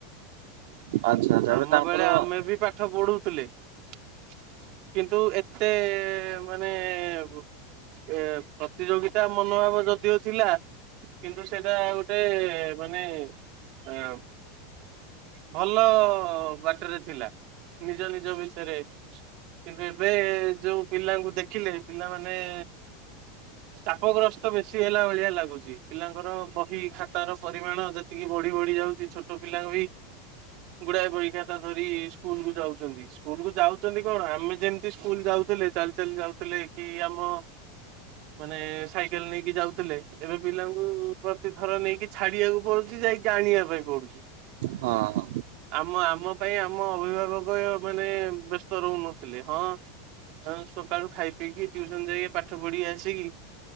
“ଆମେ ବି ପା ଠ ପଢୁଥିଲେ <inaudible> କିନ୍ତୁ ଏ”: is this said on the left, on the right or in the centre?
Right